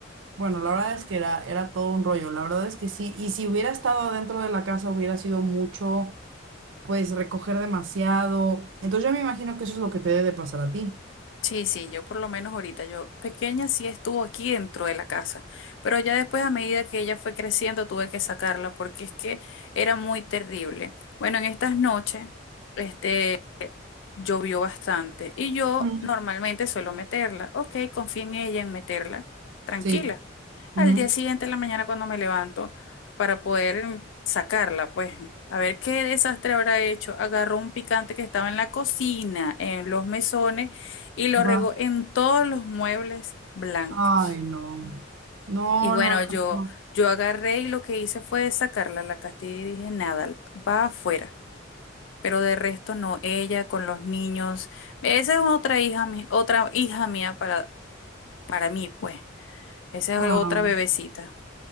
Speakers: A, on the right (about 70°); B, on the left (about 70°).
A: Bueno, la verdad es que era, era todo un rollo, la verdad es que sí, y si hubiera estado dentro de la casa hubiera sido mucho, pues recoger demasiado. Entonces yo me imagino que eso es lo que te debe de pasar a ti.
B: Sí, sí, yo por lo menos ahorita, yo pequeña sí estuvo aquí dentro de la casa, pero ya después a medida que ella fue creciendo tuve que sacarla porque es que era muy terrible. Bueno, en estas noches, este, llovió bastante y yo
A: Mm,
B: normalmente suelo meterla. Ok, confío en ella en meterla, tranquila.
A: Sí. ujú,
B: Al día siguiente, en la mañana, cuando me levanto para poder mm, sacarla, pues a ver qué desastre habrá hecho. Agarró un picante que estaba en la cocina, en los mesones y lo
A: Ajá.
B: regó en todos los muebles blancos.
A: Ay, no. No,
B: Y bueno,
A: no,
B: yo,
A: no, no.
B: yo agarré y lo que hice fue sacarla a la castilla y dije, nada, va afuera pero de resto no, ella con los niños. Esa es otra hija, mi- otra hija mía para, para mí, pues. Esa
A: Ah,
B: es otra bebecita.